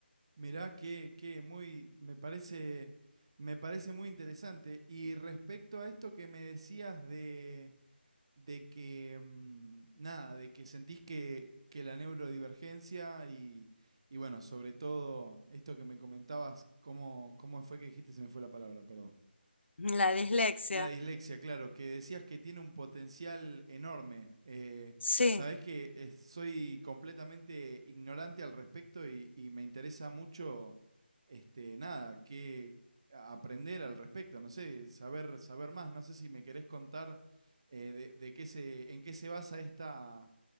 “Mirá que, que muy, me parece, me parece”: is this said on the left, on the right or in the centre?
Right